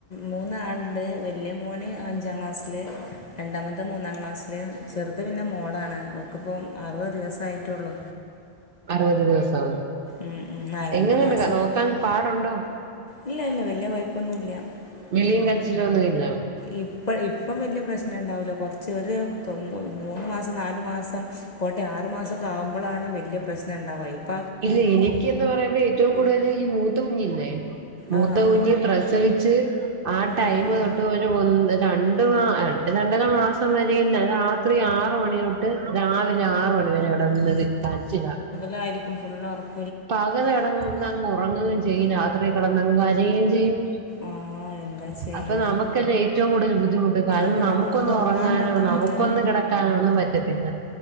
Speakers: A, on the left (about 45°); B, on the right (about 55°).
A: മൂന്നാളുണ്ട് വലിയ മോന് അഞ്ചാം ക്ലാസ്സില് രണ്ടാമത്തെ മൂന്നാം ക്ലാസ്സില് ചെറുത് പിന്നെ മോളാണ് അവക്കിപ്പം അറുപത് ദിവസയിട്ടൊള്ളൂ
B: അറുപത് ദിവസവോ
A: ഉം ഉം ആഹ് രണ്ട്
B: എങ്ങനുണ്ട്
A: മാസം
B: ക നോക്കാൻ പാടുണ്ടോ
A: ഇല്ല ഇല്ല വല്യ കൊയ്പൊന്നുല്ല
B: വിളിയും
A: ഉം
B: കരച്ചിലും ഒന്നും ഇല്ല
A: ഇ ഇപ്പ ഇപ്പം വലിയ പ്രശ്നം ഉണ്ടാവില്ല കൊറച്ച് ഒരു തൊ മൂന്ന് മാസം നാലു മാസം പോട്ടെ ആറ് മാസമൊക്കെ ആകുമ്പോളാണ് വലിയ പ്രശ്നം ഉണ്ടാവുക ഇപ്പ
B: ഇല്ല എനിക്ക് എന്ന് പറയുമ്പോ ഏറ്റവും കൂടുത ല്ലേ ഈ മൂത്ത കുഞ്ഞില്ലേ മൂത്ത
A: ആ
B: കുഞ്ഞ്
A: ആ
B: പ്രസവിച്ച് ആഹ്
A: ഉം,
B: ടൈമ്
A: ഉം.
B: തൊട്ട് ഒരു മു മ് രണ്ട് മാ രണ്ട് രണ്ടര മാസം വരെയും രാത്രി ആറ് മണിതൊട്ട് രാവി ലെ ആറ് മണി വരെ കടന്ന് വി കരച്ചില
A: ലായിരിക്കും ഫുളള് ഒറ
B: പകല് കടങ്ങുന്നങ്ങ് ഉറങ്ങുകയും ചെയ്യും രാത്രി കടന്നങ്ങ് കരയും ചെയ്യും
A: ആ എന്താ ചെയ്യണേ
B: അപ്പ നമുക്കല്ലെ ഏറ്റവും കൂടുതല് ബു ദ്ധിമുട്ട് കാരണം
A: അത്
B: നമുക്കൊന്ന്
A: നമ്മൾക്ക് ഉറങ്ങാൻ
B: ഉറങ്ങാനോ
A: പറ്റുന്നില്ല
B: നമുക്കൊന്ന് കിടക്കാനോ ഒന്നും പറ്റത്തില്ല